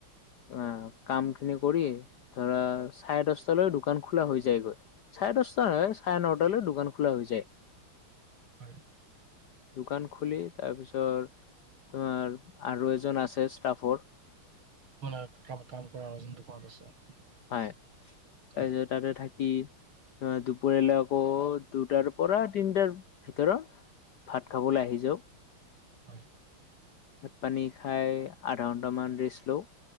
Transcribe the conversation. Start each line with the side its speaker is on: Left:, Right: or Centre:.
Left: অ' কাম খিনি কৰিয়ে, ধৰা চাৰে দশটালৈ দোকান খোলা হৈ যায়গৈ। চাৰে দশটা নহয়, চাৰে নটালৈ দোকান খোলা হৈ যায়।
Right: হয়।
Left: দোকান খুলি তাৰপিছত তোমাৰ আৰু এজন আছে ষ্টাফৰ
Right: আৰু কাম-কাম কৰা, দোকানত আছে।
Left: হয়, তাৰপিছত
Right: হয়
Left: তাতে থাকি দুপৰিয়ালে আকৌ দুটাৰ পৰা তিনিটাৰ ভিতৰত ভাত খাবলৈ আহি যাওঁ।
Right: হয়।
Left: ভাত পানী খাই আধা ঘণ্টামান ৰেষ্ট লওঁ।